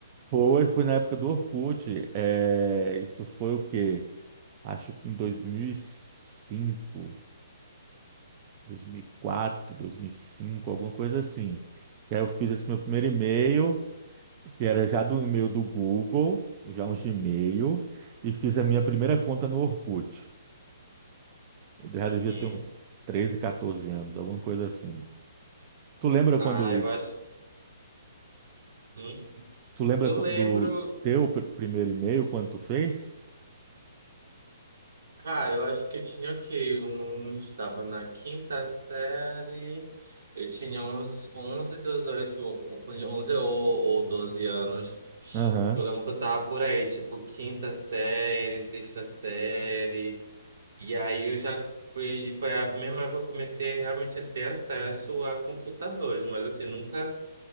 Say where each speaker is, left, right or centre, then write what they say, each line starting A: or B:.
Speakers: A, on the right (about 25°); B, on the right (about 65°).
A: Foi, foi na época do Orkut. É, isso foi o quê? Acho que em 2005, 2004, 2005, alguma coisa assim. Que aí eu fiz esse meu primeiro e-mail, que era já do e-mail do Google, já um Gmail, e fiz a minha primeira conta no Orkut. Eu já
B: Uhum.
A: devia ter uns 13, 14 anos, alguma coisa assim. Tu lembra
B: Ah,
A: quando,
B: eu acho. Hum.
A: tu lembra
B: Eu
A: qu-
B: lembro.
A: do teu pr- primeiro e-mail, quando tu fez?
B: Cara, eu acho que eu tinha o quê? Uns, estava na quinta série, eu tinha uns 11 18, 11 ou, ou 12 anos.
A: Aham.
B: Eu lembro que eu tava por aí, tipo, quinta série, sexta série. E aí eu já fui, foi a mesma época que eu comecei realmente a ter acesso a computadores, mas assim, nunca